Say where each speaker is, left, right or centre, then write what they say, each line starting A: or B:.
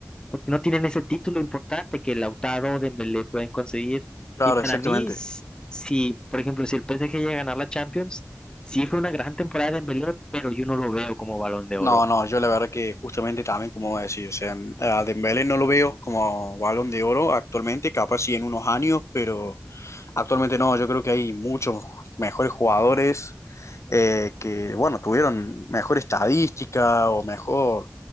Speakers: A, on the left; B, on the left.
A: porque no tienen ese título importante que Lautaro o Dembélé pueden conseguir.
B: Claro,
A: Y para
B: exactamente.
A: mí, s- si, por ejemplo, si el PSG llega a ganar la Champions, sí fue una gran temporada de Dembélé, pero yo no lo veo como Balón de Oro.
B: No, no, yo la verdad que justamente también, como decía, o sea, a Dembélé no lo veo como Balón de Oro actualmente, capaz sí en unos años, pero Actualmente no, yo creo que hay muchos mejores jugadores eh, que, bueno, tuvieron mejor estadística o mejor